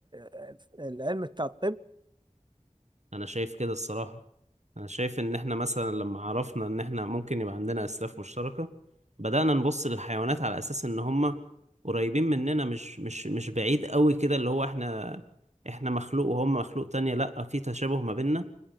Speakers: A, on the right; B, on the right.
A: آه، العلم بتاع الطب
B: انا شايف كده الصراحة انا شايف ان احنا مثلا لما عرفنا ان احنا ممكن يبقى عندنا اسلاف مشتركة بدأنا نبص للحيوانات على اساس ان هم قريبين مننا مش مش مش بعيد قوي كده اللي هو احنا احنا مخلوق وهم مخلوق تانية لا في تشابه ما بيننا